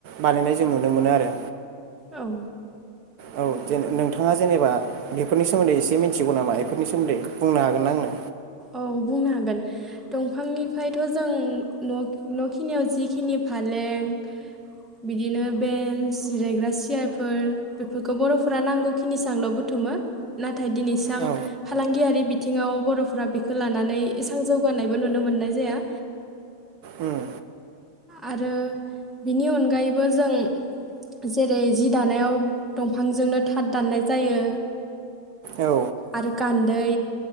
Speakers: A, on the right; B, in the centre.
A: बानायनाय जों नुनो मोनो आरो।
B: औ
A: औ जों नोंथाङा जेनेबा बेफोरनि सोमोन्दै एसे मिनथिगौ नामा बेफोरनि सोन्दै बुंनो हागोन ना आंनो
B: औ बुंनो हागोन दंफांनिफ्रायथ जों न'खिनियाव जिखिनि फालें बिदिनो बेन्स जिरायग्रा सियारफोर बेफोरखौ बर'फोरा नांगौखिनिसांल बुथुमो दिनैसां
A: औ
B: फालांगियारि बि बिथिङाव बरफोरा बेखौ लानानै इसबां जौगानायबो नुनो मोननाय जाया
A: उम,
B: आरो बिनि अनगायैबो जों जेरै जि दानायाव दंफांजोंनो थाथ दाननाय जायो
A: औ
B: आरो गान्दै